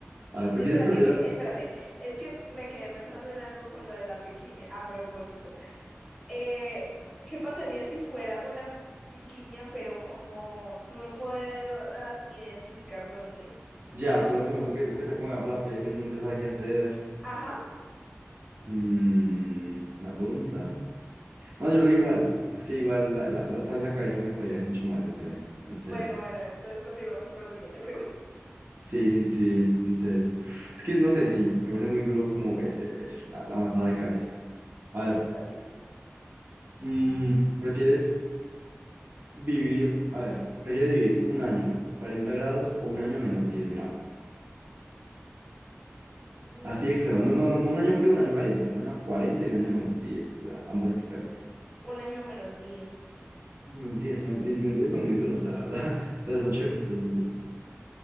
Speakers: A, on the right; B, in the centre.
A: a ver, ¿prefieres
B: Espérate,
A: perder
B: que,
A: a-
B: espérate, es que me quedé pensando en algo con lo de la piquiña, a propósito. Eh, ¿qué pasaría si fuera una piquiña, pero como tú no puedas identificar dónde?
A: ya solo como eso que, eso que está como debajo de la piel que uno nunca sabe qué hacer?
B: Ajá.
A: Mm, una pregunta. No, yo creo que igual. Es que igual, la, la, la- tal vez la cabeza me jodería mucho más, yo creo. En serio.
B: Bueno, bueno, entonces continuamos con la siguiente <laughs>
A: Sí, sí, sí, en serio. Es que no sé, sí, me parece muy duro como el, el- eso, la, la matada de cabeza. A
B: pregunta,
A: ver,
B: bien.
A: mm, ¿prefieres vivir, a ver, prefieres vivir un año a 40 grados o un año a menos 10 grados?
B: Un año
A: Así de extremo.
B: 40
A: No, no, no, no un
B: grados.
A: año frío, un año caliente. Un año a 40 y un año a menos diez O sea, ambos extremos.
B: Un año a menos diez
A: Menos diez son- di- menos diez son muy duros, la verdad. <laughs> Pero son chéveres, pero son duros.